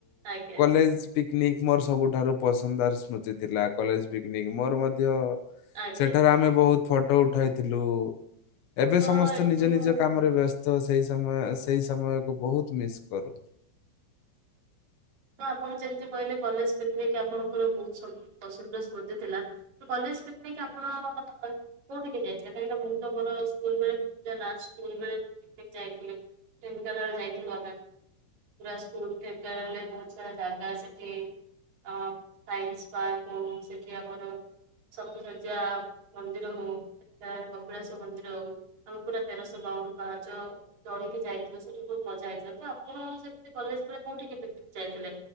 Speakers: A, on the right; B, on the left.
A: ଆଜ୍ଞା
B: ଲେଜ୍ ପିକନିକ୍ ମୋର ସବୁଠାରୁ ପସନ୍ଦାର ସ୍ମୃତି ଥିଲା କଲେଜ ପିକନିକ ମୋର ମଧ୍ୟ
A: ଆଜ୍ଞା
B: ସେଠାରେ ଆମେ ବୋହୁତ ଫଟୋ ଉଠାଇଥିଲୁ। ଏବେ
A: ତ
B: ସମସ୍ତେ
A: ଏଠି
B: ନିଜ
A: ମୁଁ
B: ନିଜ କାମରେ ବ୍ୟସ୍ତ ସେଇ ସମୟ ସେଇ ସମୟକୁ ବୋହୁତ ମିସ୍ କରୁ
A: ତ ଆପଣ ଯେମିତି କହିଲେ କଲେଜ ପିକନିକ୍ ଆପଣଙ୍କର ବୋହୁତ ପସନ୍ଦର ସ୍ମୃତି ଥିଲା। ତ କଲେଜ ପିକନିକ ଆପଣ କୋଉଠିକି ଯାଇଥିଲ କାହିଁକି ନା ମୁଁ ତ ମୋର ସ୍କୁଲ ବେଳେ ପୁରା ଲାଷ୍ଟେ <unintelligible> ଯାଇଥିଲି। ଢେଙ୍କାନାଳ ଯାଇଥିଲୁ ଆମେ ପୁରା ସ୍କୁଲ ଢେଙ୍କାନାଳରେ କେତେ ସାରା ଜାଗା ସେଠି ହଁ ସାଇନ୍ସ ପାର୍କ <unintelligible> ସେଠି ଆମର। ସପ୍ସସଯ୍ୟା ମନ୍ଦିର ହୋଉ ଏଟା କପିଳାସ ମନ୍ଦିର ହୋଉ। ଆମେ ପୁରା ତେରଶବାଉନୁ ପାହାଚ ଚଢିକି ଯାଇନ ସେଠି ବୋହୁତ ମଜା ହେଇଥିଲା ତ ଆପଣ ସେ କଲେଜ ପରେ କୋଉଠିକି ଭେଟ ଯାଇଥିଲେ